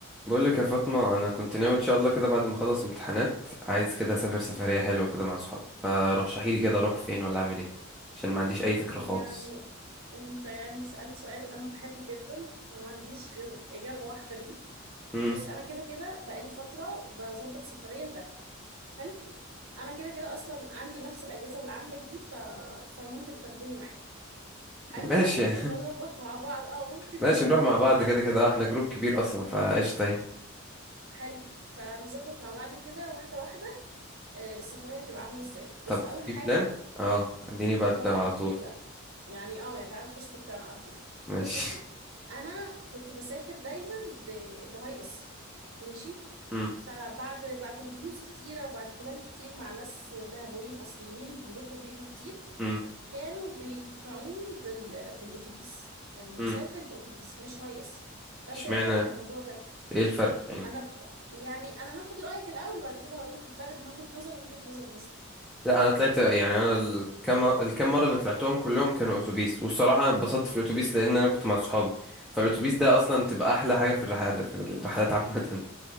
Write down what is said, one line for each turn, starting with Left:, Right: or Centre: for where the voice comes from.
Centre: بقول لك يا فاطمة أنا كنت ناوي إن شاء الله كده بعد ما أخلص امتحانات عايز كده أسافر سفرية حلوة كده مع صحابي فرشحي لي كده أروح فين ولا أعمل إيه عشان ما عنديش أي فكرة خالص
Right: يعني انت يعني سألت سؤال انا بحبه جدا وما عنديش غير اجابة واحدة ليه
Centre: امم
Right: بص انا كده كده بقالي فترة بظبط سفرية لدهب حلو انا كده كده اصلا عندي نفس الاجهزة اللي عندك دي ف... فممكن تاخدوني معاك حلو
Centre: <laughs> ماشي
Right: فممكن نظبط مع بعض اه ممكن
Centre: ماشي
Right: نظبط
Centre: نروح مع
Right: مع
Centre: بعض
Right: بعض
Centre: كده
Right: كده
Centre: كده آه، إحنا جروب كبير أصلا فقشطة يعني
Right: حلو فنظبط مع بعض كده واحدة واحدة آه، السفرية هتبقى عاملة ازاي بص
Centre: طب
Right: اول
Centre: في
Right: حاجة
Centre: بلان أه اديني بقى
Right: اه طبعا
Centre: البلان على
Right: في
Centre: طول
Right: بلان يعني اه يا تعالى نخش في البلان على طول
Centre: ماشي
Right: بص يا سيدي انا كنت بسافر دايما ب... بهاي اس ماشي
Centre: امم
Right: فبعد بعد ريفيوز كتيره وبعد كلام كتير مع ناس دهبويين اصليين بيروحوا وبيجوا كتير
Centre: امم
Right: كانوا بيقنعوني بال... بالاتوبيس يعني
Centre: امم
Right: نسافر باتوبيس مش هاي اس فانت
Centre: اشمعنى
Right: ايه رايك في الموضوع ده
Centre: إيه الفرق يعني؟
Right: انا ب... يعني انا هاخد رايك الاول وبعد كده هقول لك الفرق بين وجهه نظري ومن وجهه نظر الناس دي
Centre: لا انا طلعت يعني انا الكام الكام مره اللي طلعتهم كلهم كانوا اتوبيس والصراحه انا اتبسطت في الاتوبيس لان انا كنت مع صحابي فالاتوبيس ده اصلا بتبقى احلى حاجه في الرحلات في الرحلات عامه